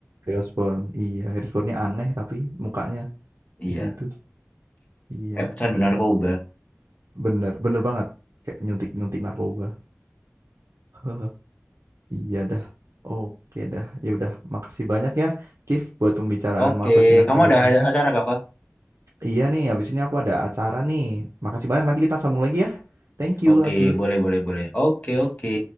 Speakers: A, on the right (about 75°); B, on the left (about 30°).
A: Harrison iya Harrison aneh tapi mukanya
B: iya
A: di situ iya
B: kayak pecandu narkoba
A: bener bener banget kayak nyuntik nyuntik narkoba <laughs> iya dah oke dah ya udah makasih banyak ya Kif buat pembicaraan
B: oke
A: Marvel Cinematic
B: kamu ada
A: Universe
B: ada acara kah Pak?
A: Iya nih, habis ini aku ada acara nih. Makasih banyak, nanti kita sambung lagi ya. Thank you,
B: oke
A: Akif.
B: boleh boleh boleh oke oke